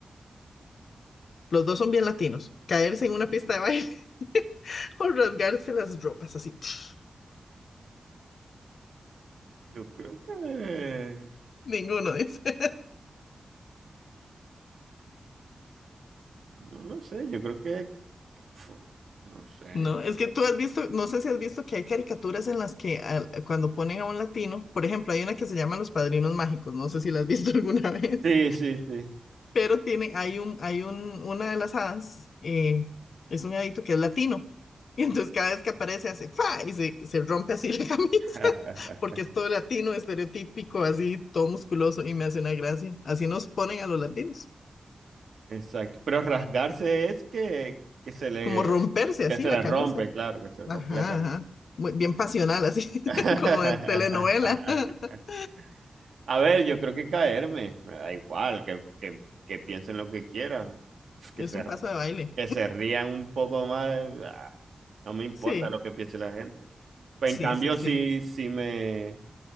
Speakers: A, on the left; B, on the right.
A: Los dos son bien latinos. Caerse en una pista de baile <laughs> o rasgarse las ropas así. <laughs> pf,
B: Yo creo que,
A: Ninguno dice.
B: no lo sé, yo creo que, fu, no sé.
A: No, es que tú has visto, no sé si has visto que hay caricaturas en las que al- cuando ponen a un latino, por ejemplo, hay una que se llama Los Padrinos Mágicos, no sé si la has visto <laughs> alguna vez.
B: Sí, sí, sí.
A: pero tiene, hay un, hay un, una de las hadas, eh, es un hadito que es latino. Y entonces cada vez que aparece hace ¡fa! y se, se rompe así la <laughs> camisa,
B: <laughs>
A: porque es todo latino, estereotípico, así, todo musculoso, y me hace una gracia. Así nos ponen a los latinos,
B: Exacto. Pero rasgarse es que, que se le,
A: como romperse
B: que
A: así
B: se
A: la
B: le
A: camisa.
B: rompe, claro, que se le
A: Ajá,
B: rompe la camisa.
A: ajá. Muy, bien pasional, así,
B: <laughs>
A: <laughs> como en telenovela. <laughs>
B: A ver, yo creo que caerme, me da igual, que, que- que piensen lo que quieran, pf, que
A: Es
B: se,
A: un
B: r-
A: paso de baile.
B: que se rían un poco más, ah, no me importa
A: Sí,
B: lo que piense la gente. Pues
A: sí,
B: en cambio,
A: sí, sí.
B: si, si me,